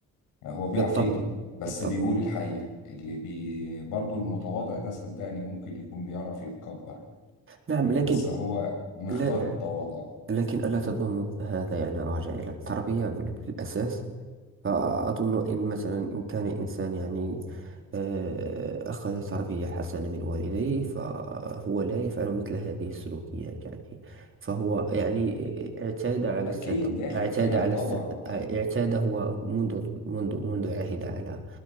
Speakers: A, on the left; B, on the right.
A: هو بيعرف
B: بالطبع
A: يكذب بس
B: بالطبع
A: بيقول الحقيقة اللي بي برضه المتواضع ده صدقني ممكن يكون بيعرف يتكبر
B: نعم
A: آه،
B: لكن
A: بس هو مختار
B: لا
A: التواضع
B: لكن ألا تظن هذا يعني راجع إلى التربية بال- بالأساس فأظن إن مثلا إن كان إنسان يعني آه، أخذ تربية حسنة من والديه فهو لا يفعل مثل هذه السلوكيات يعني فهو يعني اعتاد على
A: أكيد
B: الستر
A: داخل
B: اعتاد
A: فيها
B: على
A: طبعا
B: الستر
A: اه
B: اعتاد هو منذ منذ منذ عهد على